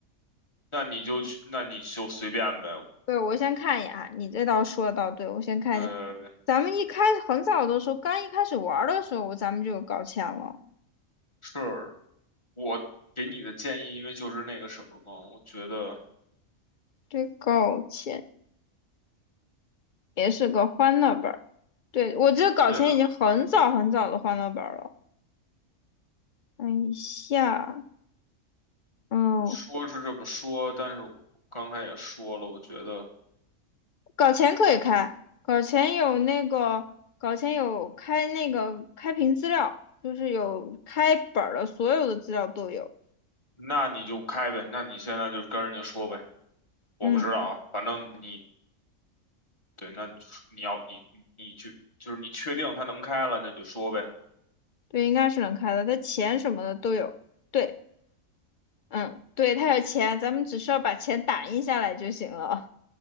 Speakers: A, on the left; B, on the left.
A: 那你就去，那你就随便呗。
B: 对，我先看一眼啊，你这倒说的倒对，我先看一下。
A: 对，
B: 咱们一开很早的时候，刚一开始玩的时候，咱们就有搞钱了。
A: 是我给你的建议，因为就是那个什么嘛，我觉得
B: 对，搞钱也是个欢乐本儿。对，我得搞钱已经很早很早的欢乐本儿了。
A: 对的，
B: 看一下，哦。
A: 说是这么说，但是我刚才也说了，我觉得
B: 搞钱可以开，搞钱有那个，搞钱有开那个开屏资料，就是有开本儿的，所有的资料都有。
A: 那你就开呗，那你现在就跟人家说呗，我不知道啊反正你
B: 嗯，
A: 对，那你你要你你你去，就是你确定它能开了，那你就说呗。
B: 对，应该是能开的，它钱什么的都有。对，嗯，对，它有钱，咱们只需要把钱打印下来就行了。